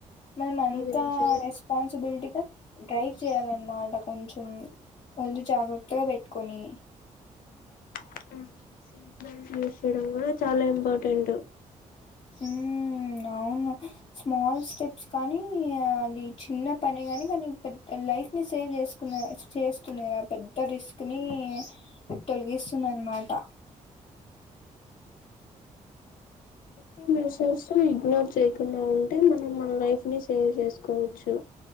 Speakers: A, on the left; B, on the left.
A: మనం అంతా
B: అది నిజమే
A: రెస్పాన్సిబులిటీగా డ్రైవ్ చేయాలన్నమాట ఉంచ వళ్లు జాగ్రత్తగా పెట్టుకొని
B: <inaudible> సీట్ బెల్ట్ యూస్ చేయడం కూడా చాలా ఇంపార్టెంట్
A: హుమ్ అవును స్మాల్ స్టెప్స్ కానీ అది చిన్న పని కానీ అనీ పె లైఫ్ ని సేవ్ చేసుకునే చేస్తున్నా ఆ పెద్ద రిస్క్ ని తొలగిస్తుంది అన్నమాట
B: తొమ్మిది సంవత్సరాలు ఇగ్నోర్ చెయ్ ఇలా ఉంటే మనం మన లైఫ్ ని సేవ్ చేసుకోవచ్చు